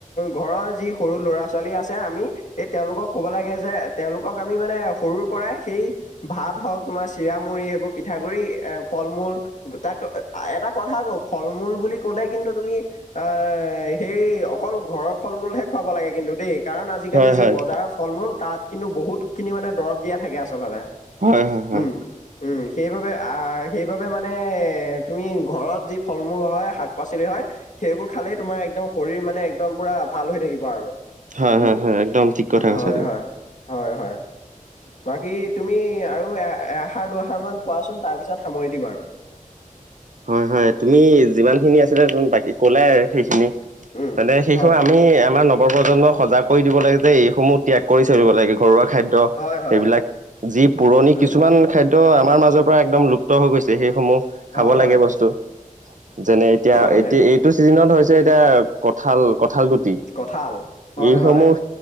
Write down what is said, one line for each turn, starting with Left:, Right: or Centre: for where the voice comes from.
Left: ঘৰৰ যি সৰু ল'ৰা ছ চলি আছে আমি এই তেওঁলোকক কব লাগে যে তেওঁলোকক আমি মানে সৰুৰ পৰাই সেই ভাত হওক তোমাৰ চিৰা মুড়ি সেইবোৰ পিঠাগুৰি এ ফল মূল তাক এটা কথা কও ফল মূল বুলি ক'লে কিন্তু তুমি এ হে অকল ঘৰৰ ফল মূলহে খুৱাব লাগে কিন্তু দেই কাৰণ আজিকালি
Right: হয়
Left: যি
Right: হয়
Left: বজাৰৰ ফল মূল তাত কিন্তু বহুত খিনি মানে দৰব দিয়া থাকে আচলতে
Right: হয় হয় হয়
Left: উম উম সেইবাবে আহ সেইবাবে মানে এ তুমি ঘৰত যি ফল মূল হয় শাক পাচলি হয় সেইবোৰ খালেই তোমাৰ একদম শৰীৰ মানে একদম পুৰা ভাল হৈ থাকিব আৰু
Right: হয় হ
Left: উম
Right: একদম ঠিক কথা ক
Left: হয়
Right: আছা তুমি
Left: হয় হয় হয় বাকী তুমি আৰু এ এহাৰ দুহাৰ মান কোৱাচোন তাৰপিছত সামৰি দিম আৰু
Right: হয় হয় তুমি যিমান খিনি আছিলা বাকী ক'লে আৰু সেইখিনি
Left: উম
Right: তে শিশ
Left: হয়
Right: আমি আমাৰ ন ৰ প্ৰজন্মক সজাগ কৰি দিব লাগে যে এইসমূহ ত্যাগ কৰি চলিব লাগে ঘৰুৱা খাদ্য
Left: হয় হয়
Right: সবিলাক যি পুৰণি
Left: উম
Right: কিছুমান খ তটো আমাৰ মাজৰ পৰা একদম লুপ্ত হৈ গৈছে সেইসমূহ খাব
Left: হয়
Right: লাগে
Left: হয়
Right: বস্তু যেনে এতিয়া
Left: হয়
Right: এতিয়া এইটো চিজনত এতিয়া কঠাল কঠাল গুটি
Left: কঁঠাল হয়
Right: এইসমূহ
Left: হয়